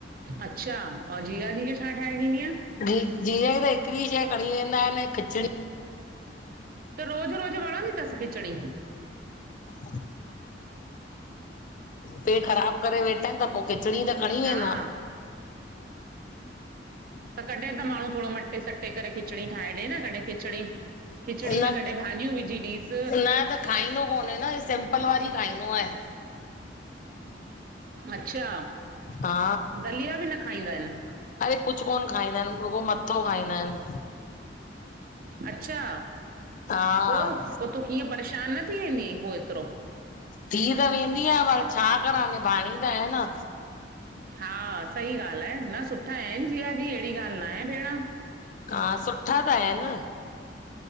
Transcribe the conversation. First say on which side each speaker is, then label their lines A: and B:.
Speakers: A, on the right; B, on the left.
A: अच्छा आओं जीजाजी खे छा ठाहे ॾीन्दीअं?
B: जी जीजाजी त हिकिड़ी शह खणी वेंदा आहिनि खिचड़ी।
A: त रोज रोज वणन्दी तस खिचणी?
B: <unintelligible> पेट ख़राब करे वेठा तेखां पो खिचड़ी त खणी
A: हा
B: वेंदा
A: त कॾें त माण्हू थोड़ो मटे सटे करे खिचड़ी ठाहे ॾे न, कॾें खिचड़ी खिचड़ी
B: न
A: में कॾहिं भाॼियूं विझी ॾीस
B: न त खाईंदो कोन्हे न, ही सिम्पल वारी खाईंनो आए
A: अच्छा।
B: हा,
A: दलिया बि न खाईंदा आहिनि
B: अरे कुछ कोन खाईंदा आहिनि रुॻो मत्थो खाईंदा आहिन।
A: अच्छा,
B: हा
A: पो पो तूं कीअं परेशान न थी वेंदी पो एतरो
B: थी त वेंदी यां पर छा करां निभाणी त आहे न
A: हा सही ॻाल्ह आहे, न सुठा आहिनि जीया जी अहिड़ी ॻाल्ह न आहे भेण।
B: हा, सुठा त आहिन।